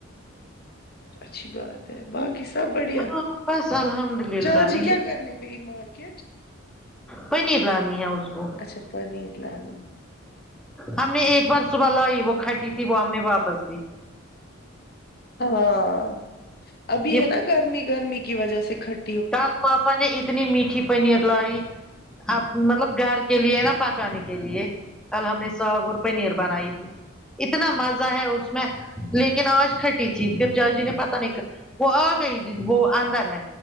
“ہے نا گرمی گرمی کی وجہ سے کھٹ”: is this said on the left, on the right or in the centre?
Left